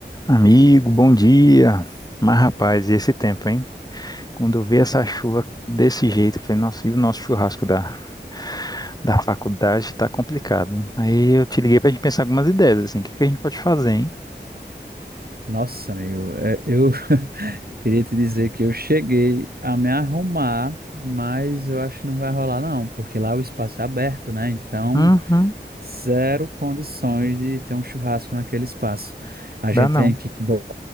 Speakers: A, on the left; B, on the right.
A: Amigo, bom dia. Mas, rapaz, e esse tempo, hein? Quando eu vi essa chuva desse jeito, eu falei, nossa, e o nosso churrasco da, da faculdade tá complicado. Aí eu te liguei pra gente pensar algumas ideias, assim, o que que a gente pode fazer, hein?
B: Nossa, amigo, é, eu <laughs> queria te dizer que eu cheguei a me arrumar, mas eu acho que não vai rolar, não, porque lá o espaço é aberto, né? Então,
A: Uhum,
B: zero condições de ter um churrasco naquele espaço. A
A: dá
B: gente
A: não.
B: tem que, que bo-